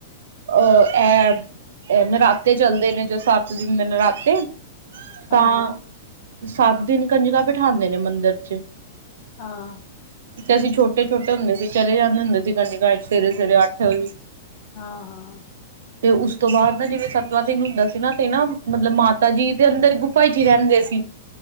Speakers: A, on the right (about 60°); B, on the left (about 40°).
A: ਓ ਐ, ਇਹ ਨਰਾਤੇ ਚੱਲਦੇ ਨੇ, ਜੋ ਸੱਤ ਦਿਨ ਦੇ ਨਰਾ ਤੇ, ਤਾਂ
B: ਹਾਂ ਹਾਂ
A: ਸੱਤ ਦਿਨ ਕੰਜਕਾਂ ਬਿਠਾਦੇ ਦ ਨੇ ਮੰਦਿਰ ਚ।
B: ਹਾਂ।
A: ਤੇ ਅਸੀਂ ਛੋਟੇ- ਛੋਟੇ ਹੁੰਦੇ ਸੀ ਚਲੇ ਜਾਂਦੇ ਹੁੰਦੇ ਸੀ ਕੰਜਕਾਂ ਚ ਸਵੇਰੇ- ਸਵੇਰੇ ਅੱਠ ਵਜੇ
B: ਹਾਂ-ਹਾਂ।
A: ਤੇ ਉਸ ਤੋਂ ਬਾਦ ਨਾ ਜਿਵੇਂ ਸਤਵਾਂ ਦਿਨ ਹੁੰਦਾ ਸੀ ਨਾ ਤੇ ਨਾ ਮਤਲਬ ਮਾ ਤਾ ਜੀ ਤੇ ਅੰਦਰ ਗੁਫਾ ਚ ਹੀ ਰਹਿੰਦੇ ਸੀ